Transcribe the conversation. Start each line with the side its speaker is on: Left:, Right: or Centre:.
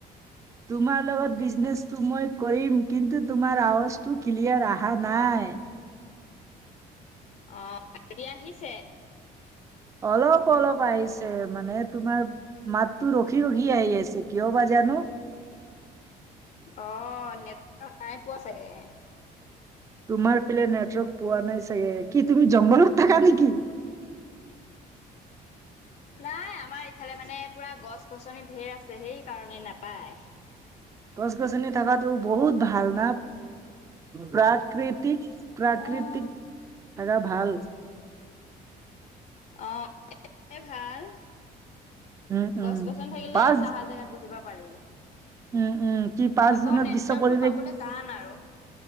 Right: তোমাৰ লগত বিজনেছটো মই কৰিম। কিন্তু, তোমাৰ আৱাজটো ক্লিয়াৰ অহা নাই।
Left: অ'! এতিয়া আহিছে?
Right: অলপ-অলপ আহিছে। মানে, তোমাৰ মাততো ৰখি-ৰখি আহি আছে। কিয় বা জানোঁ?
Left: অ'! নেটৱৰ্ক নাই পোৱা চাগে।
Right: তোমাৰ ফালে নেটৱৰ্ক পোৱা নাই চাগে। কি তুমি জংঘলত থাকা নেকি?
Left: নাই, আমাৰ এইফালে মানে, পূৰা গছ-গছনি ঢেৰ আছে, সেইকাৰণে নাপায়।
Right: গছ-গছনি থকাতো বহুত ভাল না। প্ৰাকৃতিক প্ৰাকৃতিক,
Left: অ'।
Right: জেগা ভাল।
Left: অ'! ভাল।
Right: উম উম
Left: গছ-গছনি থাকিলে,
Right: পাঁচ
Left: ছাঁহ জেগাত বহিব পাৰি।
Right: উম, উম, কি পাঁচ
Left: আকৌ,
Right: জুনত
Left: নেটৱৰ্কটো
Right: বিশ্ব পৰিৱেশ
Left: পাবলে টান আৰু।